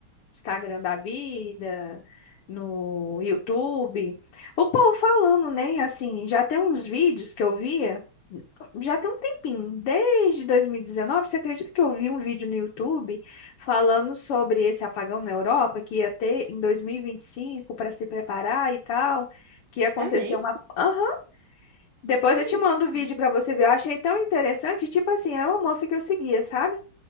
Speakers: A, on the left; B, on the right.
A: Instagram da vida, no YouTube. O povo falando, né? Assim, já tem uns vídeos que eu via, já tem um tempinho, desde 2019. Você acredita que eu vi um vídeo no YouTube falando sobre esse apagão na Europa que ia ter em dois mil e e vinte e cinco para se preparar e tal? Que ia acontecer
B: é mesmo?
A: uma. Aham. Depois eu
B: Menino.
A: te mando o vídeo para você ver. Eu achei tão interessante. Tipo assim, era uma moça que eu seguia, sabe?